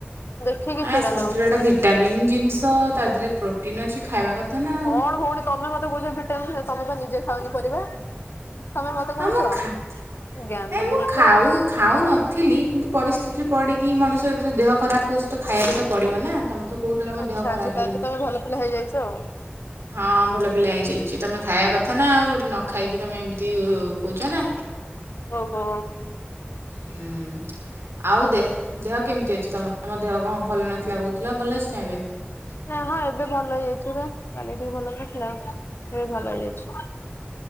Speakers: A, on the left (about 65°); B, on the right (about 85°).
A: ଦେଖିକି
B: ଆଁ
A: ଚିଡା
B: ସନ୍ତୁଳା
A: ଲାଗୁଛି
B: ଟା ଭିଟାମିନ୍ ଜିନିଷ ତା ଦେହରେ ପ୍ରୋଟିନ୍ ଅଛି ଖାଇବା କଥା ନା। ଆଉ।
A: କଣ ଭଉଣୀ ତମେ ମତେ କହୁଛ ଭିଟାମିନ୍ ତମେ ବା ନିଜେ ଖାଅନି ପରିବା? ତମେ ମତେ
B: ହଁ
A: କହୁଛ
B: ମୁଁ ଖା
A: ଜ୍ଞାନ
B: ନାଇଁ ମୁଁ
A: ଦଉଛ।
B: ଖାଉ ଖାଉନଥିଲି କିନ୍ତୁ ପରିସ୍ଥିତିରେ ପଡ଼ିକି ମଣିଷ ଯେତେବେଳେ ଦେହ ଖରାପ ହେଉଛି ତ ଖାଇବାକୁ ତ ପଡ଼ିବ ନା ତମେ ତ କହୁଥିଲ ତମ
A: ଆଚ୍ଛା
B: ଦେହ ଖରାପ
A: ଆଚ୍ଛା ତାହେଲେ
B: ବୋଲି
A: ତମେ ଭଲ ପିଲା ହେଇଯାଇଛ ଆଉ।
B: ହଁ ଭଲ ପିଲା ହେଇଯାଇଛି ତମେ ଖାଇବା କଥା ନା ଆଉ ଗୋଟେ ନ ଖାଇକି ତମେ ଏମିତି କହୁଛ ନା।
A: ଓହୋ!
B: ହୁଁ। ଆଉ ଦେହ କେମିତି ଅଛି ତମ ତମ ଦେହ କଣ ଭଲ ନଥିଲା କହୁଥିଲା ଭଲ ଅଛି ନା ଏବେ?
A: ନାଇଁ ମ ଏବେ ଭଲ ହେଇଯାଇଛ ପରା, କାଲି ଟିକେ ଭଲ ନଥିଲା ଆଉ ଏବେ ଭଲ ହେଇଯାଇଛି।